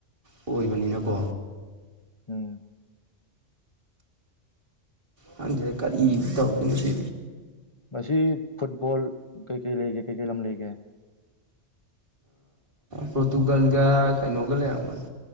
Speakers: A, on the right; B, on the left.
A: ꯑꯣꯏꯕꯅꯤꯅꯀꯣ
B: ꯎꯝ
A: ꯍꯪ ꯀꯔꯤ ꯇꯧꯒꯅ ꯁꯤ
B: ꯉꯁꯤ ꯐꯨꯠꯕꯣꯜ ꯀꯩ ꯀꯩ ꯂꯩꯒꯦ ꯀꯩꯀꯩ ꯂꯝ ꯂꯩꯒꯦ
A: ꯄꯣꯔꯇꯨꯒꯜꯒ ꯀꯩꯅꯣꯒ ꯂꯩꯔꯝꯒꯅꯤ